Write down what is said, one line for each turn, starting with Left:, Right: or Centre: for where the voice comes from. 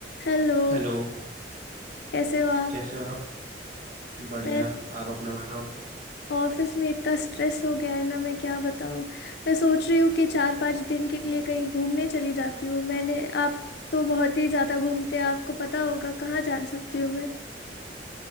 Left: Hello
Right: हेलो
Left: कैसे हो आप
Right: कैसे हो आप बढ़िया
Left: मैं
Right: आप अपना बताओ
Left: ऑफिस में इतना स्ट्रेस हो गया है ना मैं क्या बताऊं मैं सोच रही हूँ कि चार पांच दिन के लिए कहीं घूमने चली जाती हूँ मैंने आप तो बहुत ही ज़्यादा घूमते हैं आपको पता होगा कहाँ जा सकती हूँ मैं